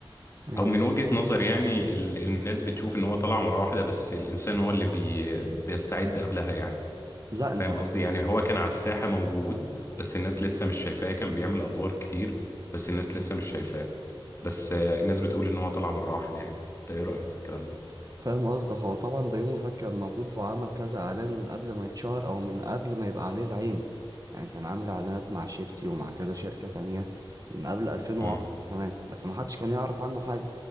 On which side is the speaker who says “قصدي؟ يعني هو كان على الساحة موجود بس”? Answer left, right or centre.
Left